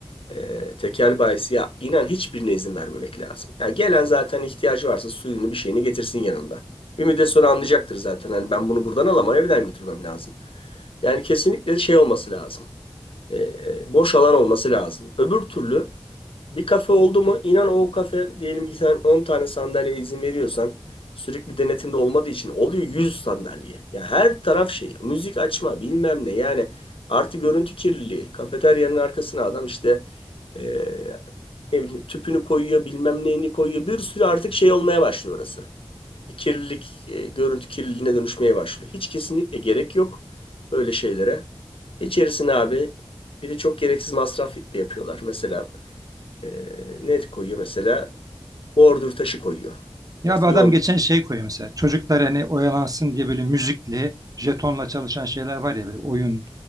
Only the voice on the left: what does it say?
e, tekel bayisi ya inan hiçbirine izin vermemek lazım. Yani gelen zaten ihtiyacı varsa suyunu bir şeyini getirsin yanında. Ümit de sonra anlayacaktır zaten. Hani ben bunu buradan alamam evden götürmem lazım. Yani kesinlikle şey olması lazım. Ee, boş alan olması lazım. Öbür türlü bir kafe oldu mu inan o kafe diyelim ki sen 10 tane sandalyeye izin veriyorsan sürekli denetimde olmadığı için oluyor 100 sandalye. Ya her taraf şey müzik açma bilmem ne yani artı görüntü kirliliği kafeteryanın arkasına adam işte e, ne bileyim tüpünü koyuyor bilmem neyini koyuyor bir sürü artık şey olmaya başlıyor orası kirlilik, e, görüntü kirliliğine dönüşmeye başlıyor. Hiç kesinlikle gerek yok böyle şeylere. İçerisine abi bir de çok gereksiz masraf yapıyorlar. Mesela e, ne koyuyor mesela? Bordür taşı koyuyor.
Mesela
yol.